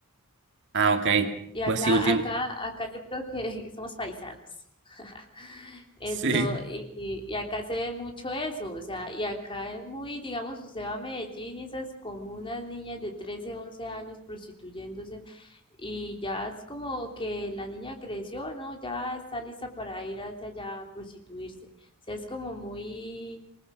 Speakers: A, on the right (about 55°); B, on the left (about 25°).
A: Ah, ok.
B: Y acá,
A: Pues sí, último.
B: acá, acá yo creo que <laughs> somos paisanos. <laughs> Esto,
A: Sí.
B: y, y- y acá se ve mucho eso, o sea, y acá es muy, digamos, usted va a Medellín y esas comunas niñas de 13 11 años prostituyéndose, y ya es como que la niña creció, ¿no? Ya está lista para ir hacia allá a prostituirse. O sea, es como muy,